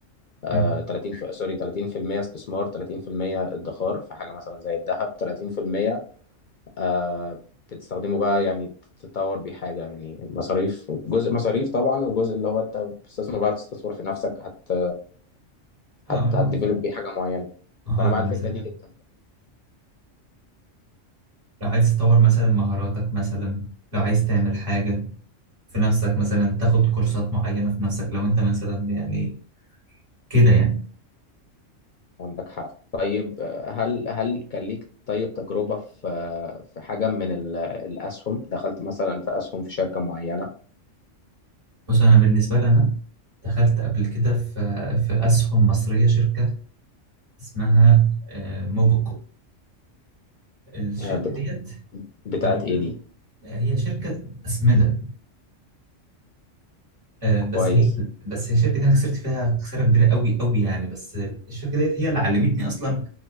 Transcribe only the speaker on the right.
مم.
اه
لا.
مهارة
مثلا
لو عايز تطور مثلا مهاراتك مثلا لو عايز تعمل حاجة في نفسك مثلا تاخد كورسات معينة في نفسك لو انت مثلا يعني كده يعني
بس انا بالنسبة لي انا دخلت قبل كده في في اسهم مصرية شركة اسمها آه، موبيكو الشركة
ديت
هي
هي شركة أسمدة آه، بس
هي بس هي الشركة دي أنا خسرت فيها خسارة كبيرة قوي قوي يعني بس الشركة ديت هي اللي علمتني أصلا